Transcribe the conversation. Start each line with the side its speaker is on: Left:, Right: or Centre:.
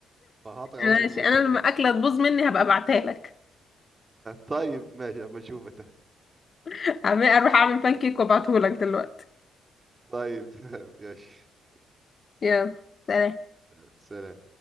Right: فهعطيك على
Left: ماشي
Right: راسي من فوق انت
Left: انا
Right: كمان
Left: لما الاكله تبوظ مني هبقى ابعتها لك
Right: طيب ماشي اما اشوفك
Left: <laughs> أعمل- اروح اعمل بانكيك وابعته لك دلوقتي
Right: طيب <laughs> ماشي
Left: يلا سلام
Right: س- سلام